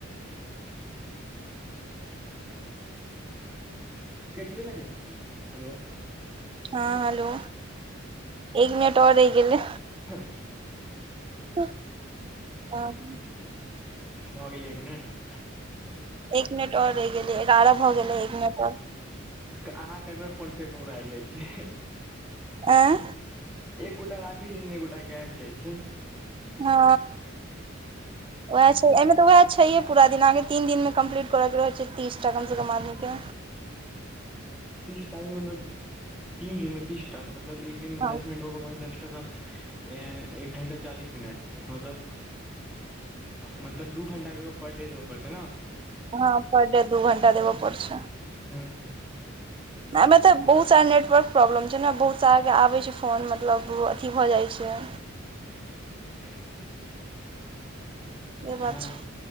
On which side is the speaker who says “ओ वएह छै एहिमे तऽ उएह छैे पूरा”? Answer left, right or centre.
Right